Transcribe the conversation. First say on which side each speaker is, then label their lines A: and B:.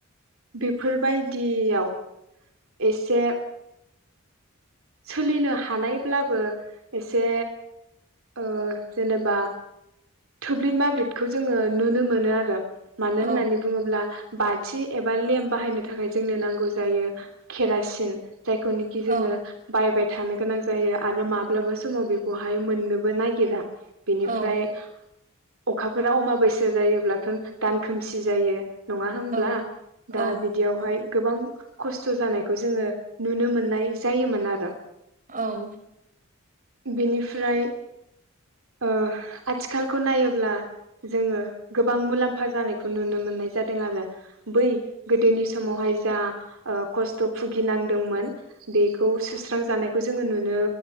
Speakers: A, on the right (about 70°); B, on the right (about 40°).
A: बेफोरबायदियाव एसे सोलिनो हानायब्लाबो एसे ओ जेनेबा थोब्लिद माब्लिदखौ जोङो नुनो मोनो आरो। मानो
B: औ
A: होननानै बुङोब्ला बाथि एबा लेम्प बाहायनो थाखाय जोंनो नांगौ जायो केरासिन। जायखौनोखि जोङो
B: औ
A: बायबाय थानो गोनां जायो आरो माब्लाबा समाव बेखौहाय मोननोबो नागिरा ‌। बिनिफ्राय
B: औ
A: अखाफोरा अमा बैसा जायोब्लाथ' दान खोमसि जायो। नङा होमब्ला
B: औ औ
A: दा बिदियावहाय गोबां खस्थ' जानायखौ जोङो नुनो मोननाय जायोमोन आरो। <unintelligible>
B: औ।
A: बेनिफ्राय ओ आथिखालखौ नायोब्ला जोङो गोबां मुलाम्फा जानायखौ नुनो मोननाय जादों आरो बै गोदोनि समावहाय जा ओ खस्थ' भुगिनांदोंमोन। बेखौ <unintelligible> जानायखौ जोंङो